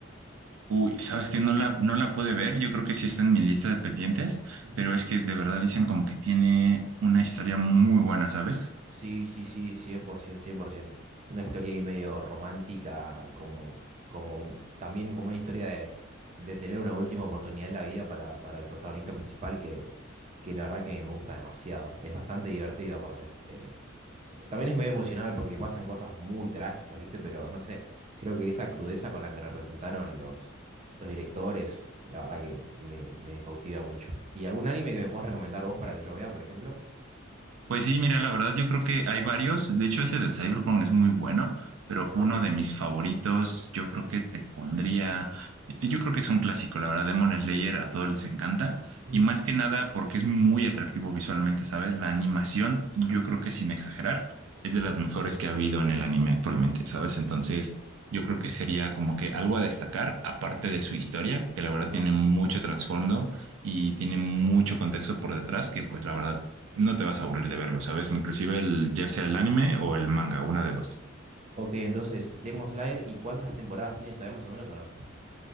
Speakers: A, on the right; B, on the right.
A: Uy, sabes que no la, no la pude ver, yo creo que sí está en mi lista de pendientes,
B: Ujú.
A: pero es que de verdad dicen como que tiene una historia muy buena, ¿sabes?
B: Sí, sí, sí, cien cien, por ciento, cien por 100%. Una historia ahí medio romántica, como, como un- también como una historia de, de tener una última oportunidad en la vida para, para el protagonista principal, que, que la verdad que me gusta demasiado. Es bastante divertido aparte. Eh, también es medio emocional porque pasan cosas muy trágicas, ¿viste? Pero no sé, creo que esa crudeza con la que representaron los, los directores, la verdad que me, me cautiva mucho. ¿Y algún anime que me puedas recomendar vos para que yo vea, por ejemplo?
A: Pues sí, mira, la verdad yo creo que hay varios. De hecho, ese de Cyberpunk es muy bueno, pero
B: Ajá.
A: uno de mis favoritos, yo creo que te pondría, yo creo que es un clásico, la verdad, Demon Slayer a todos les encanta
B: Ujú.
A: y más que nada porque es muy atractivo visualmente, ¿sabes? La animación, yo creo que sin exagerar, es de las
B: Ujú.
A: mejores que ha habido en el anime actualmente, ¿sabes? Entonces, yo creo que sería como que algo a destacar, aparte de su historia, que la verdad
B: Ajá.
A: tiene mucho trasfondo y tiene mucho contexto por detrás, que pues la verdad no te vas a aburrir de verlo, ¿sabes? Inclusive el, ya sea el anime o el manga, una de dos.
B: Ok, entonces, Demon Slayer, ¿y cuántas temporadas tiene? ¿Sabes más o menos o no?